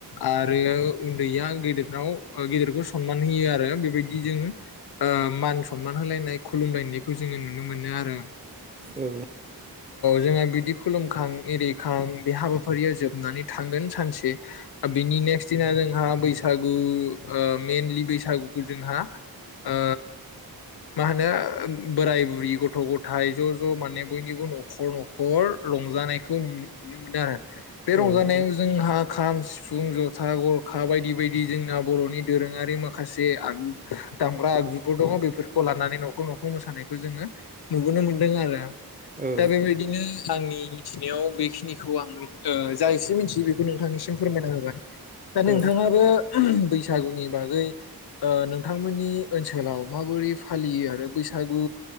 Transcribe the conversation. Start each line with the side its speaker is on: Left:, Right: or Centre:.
Left: आरो उन्दैया गेदेरनाव गेदेरखौ सनमान होयो आरो बेबायदि जों मान सनमान होलायनाय खुलुमलायनायखौ जोङो नुनो मोनो औ
Right: औ
Left: जोंहा बिदि खुलुमखां एरिखां बे हाबाफारिया जोबनानै थांगोन सानसे बिनि नेक्स्ट दिना जों हा बैसागु मेइनलि बैसागु जोंहा ओ मा होनो बोराइ बुरि गथ' गथ थाइ ज'-ज' माने बयनिबो न'खर-न'खर रंजानाय खौ नुन-नुनो मोनो आरो। बे
Right: औ
Left: रंजानायाव
Right: नंगौ
Left: जोंहा खाम सिफुं जथा गरखा बायदि-बायदि जोंना बर'नि दोरोङारि माखासे आगजु दामग्रा आगजुफोर दङ बेफोरखौ लानानै न'खर-न'खर मोसानायखौ जोङो नुुबोनो मोन्दों आरो। <unintelligible>
Right: औ
Left: दा बेबायदिनो आंनि मिथिनायाव बे खिनिखौ आं ओ जा एसे मिथियो बेखौ नोंथांनिसिम फोरमायना होबाय दा नोंथाङाबो
Right: औ
Left: <unintelligible> बै सागुनि बागै ओ नोंथांमोननि ओनसोलाव माबोरै फालियो आरो बैसागु